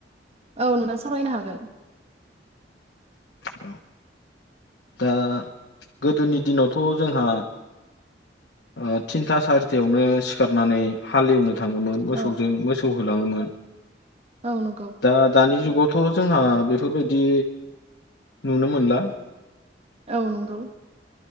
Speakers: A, on the right (about 35°); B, on the left (about 70°).
A: औ नोंथां सावरायनो हागोन।
B: औ दा गोदोनि दिनावथ' जोंहा ओ थिनथा सारिथायावनो सिखारनानै हालेवनो थाङोमोन मोसौजों
A: औ
B: मोसौ होलाङोमोन।
A: औ नंगौ
B: दा दानि जुगाव थ' जोंहा बेफोरबायदि नुनो मोनला।
A: औ नंगौ।